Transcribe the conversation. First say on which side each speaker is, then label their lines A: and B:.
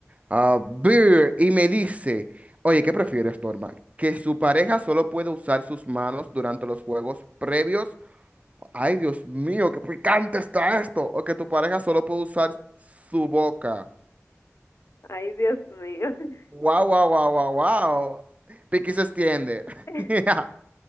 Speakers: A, on the right; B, on the left.
A: A ver, y me dice, oye, ¿qué prefieres, Norma? ¿Que su pareja solo puede usar sus manos durante los juegos previos? Ay, Dios mío, qué picante está esto. ¿O que tu pareja solo puede usar su boca?
B: Ay, Dios mío.
A: Wow, wow, wow, wow, wow. Piqui se extiende.
B: <laughs>
A: <laughs>